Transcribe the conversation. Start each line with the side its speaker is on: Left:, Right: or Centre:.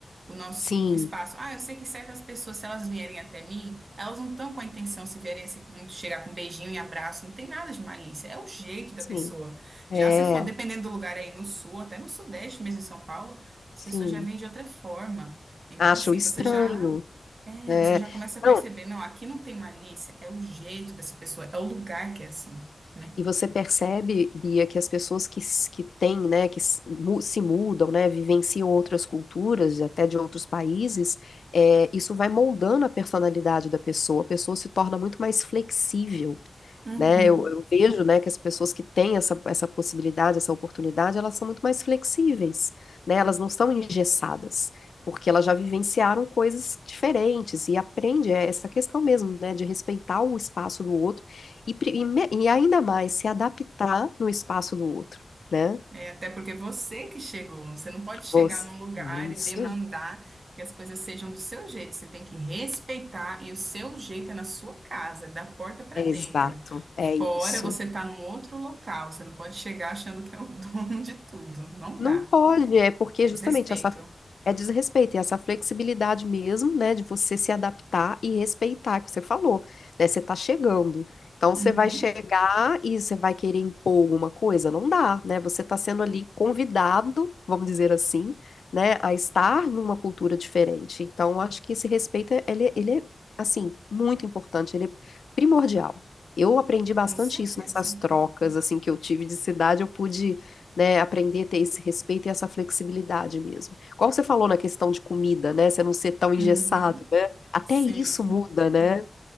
Right: o nosso
Left: Sim,
Right: espaço. Ah, eu sei que certas pessoas, se elas vierem até mim, elas não estão com a intenção, se vierem assim, com- chegar com um beijinho e abraço, não tem nada de malícia, é o jeito da
Left: sim,
Right: pessoa.
Left: é,
Right: Já se for, dependendo do lugar é aí no sul, até no sudeste mesmo, em São Paulo, as
Left: sim.
Right: pessoas já vêm de outra forma. Então,
Left: Acho
Right: assim,
Left: estranho,
Right: você já. É,
Left: é.
Right: você já começa a perceber,
Left: Não,
Right: não, aqui não tem malícia, é o jeito dessa pessoa, é o lugar que é assim, né?
Left: E você percebe, Bia, que as pessoas que, s- que têm, né, que s- mu- se mudam, né, vivenciam outras culturas, até de outros países, é, isso vai moldando a personalidade da pessoa. A pessoa se torna muito mais flexível
Right: Uhum.
Left: né? Eu, eu vejo, né, que as pessoas que têm essa, essa possibilidade, essa oportunidade, elas são muito mais flexíveis, né? Elas não são engessadas, porque elas já vivenciaram coisas diferentes e aprende é, essa questão mesmo, né, de respeitar o espaço do outro e, pri- e, me- e ainda mais se adaptar no espaço do outro, né?
Right: É, até porque você que chegou, você não pode chegar
Left: Você,
Right: num lugar
Left: É
Right: e
Left: isso,
Right: demandar que as coisas sejam do seu jeito. Você tem que respeitar e o seu jeito é na sua casa, é da porta para
Left: é
Right: dentro.
Left: exato,
Right: Fora
Left: é isso.
Right: você tá num outro local, você não pode chegar achando que é o <laughs> dono de tudo. Não
Left: Não
Right: dá.
Left: pode, é porque
Right: É
Left: justamente
Right: desrespeito.
Left: essa é desrespeito, e essa flexibilidade mesmo, né, de você se adaptar e respeitar, que você falou, né, você tá chegando. Então
Right: Uhum,
Left: você vai chegar e você vai querer impor alguma coisa, não dá, né? Você tá sendo ali convidado, vamos dizer assim, né, a estar numa cultura diferente. Então eu acho que esse respeito é- ele, ele é assim, muito importante, ele é primordial. Eu aprendi bastante
Right: com certeza.
Left: isso nessas trocas assim que eu tive de cidade, eu pude né, aprender a ter esse respeito e essa flexibilidade mesmo. qual você falou na questão de comida, né, você não ser tão engessado,
Right: Uhum,
Left: né? Até
Right: sim.
Left: isso muda, né?